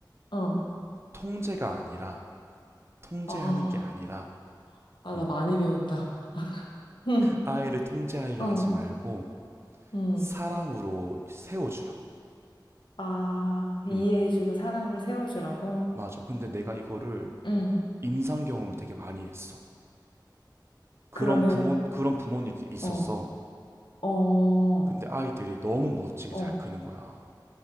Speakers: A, on the left; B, on the right.
A: 어.
B: 통제가 아니라 통제하는
A: 아,
B: 게 아니라
A: 아,
B: 어,
A: 나 많이 배운다. 음,
B: 아이를 통제하려
A: 어,
B: 하지 말고
A: 음.
B: 사랑으로 세워주라고.
A: 아, 이해해주고
B: 음,
A: 사랑으로 세워주라고?
B: 맞아. 근데 내가 이거를
A: 응.
B: 임상 경험을 되게 많이 했어. 그런
A: 그러면,
B: 부모 그런 부모님들이 있었어.
A: 어, 어.
B: 근데 아이들이 너무 멋지게
A: 어,
B: 잘 크는 거야.